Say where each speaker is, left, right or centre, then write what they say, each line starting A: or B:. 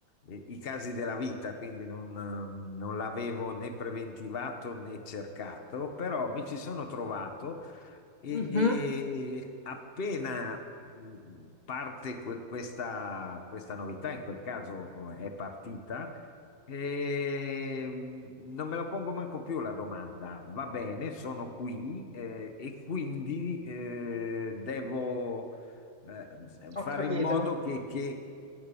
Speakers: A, on the left; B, on the left.
A: eh, i casi della vita, quindi non, ehm, non l'avevo né preventivato né cercato, però mi ci sono trovato e,
B: mhm.
A: e appena... mh, Parte que- questa, questa novità, in quel caso eh, è partita, eh, non me la pongo manco più la domanda. Va bene, sono qui eh, e quindi eh, devo eh,
B: Ho
A: fare
B: capito,
A: in modo che, che